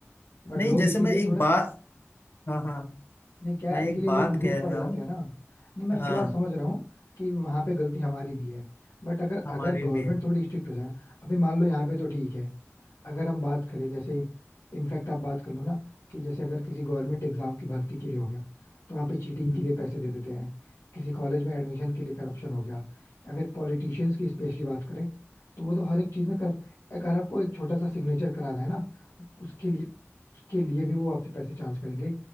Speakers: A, on the left (about 85°); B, on the left (about 50°).
A: बट
B: नहीं
A: लोग
B: जैसे
A: इसीलिए
B: मैं एक
A: थोड़ा
B: बात हाँ हाँ
A: नहीं क्या
B: मैं
A: है,
B: एक
A: इसीलिए
B: बात
A: लोग लूज
B: कह रहा
A: पड़ जाते
B: हूँ
A: हैं ना नहीं मैं आपकी
B: हाँ
A: बात समझ रहा हूँ कि वहां पे गलती हमारी भी है बट अगर
B: हमारी
A: अगर गवर्नमेंट
B: भी है
A: थोड़ी स्ट्रिक्ट हो जाए ना अभी मान लो यहाँ पे तो ठीक है अगर हम बात करें जैसे इनफैक्ट आप बात कर लो ना कि जैसे अगर किसी गवर्नमेंट एग्जाम की भर्ती के लिए हो गया तो वहाँ पे चीटिंग
B: हम्म,
A: के लिए पैसे दे देते हैं किसी कॉलेज में एडमिशन के लिए करप्शन हो गया या फिर पॉलिटिशियंस की स्पेशली बात करें तो वो तो हर एक चीज में करप अगर आपको एक छोटा सा सिग्नेचर कराना है ना उसके लिए उसके लिए भी वो आपसे पैसे चार्ज करेंगे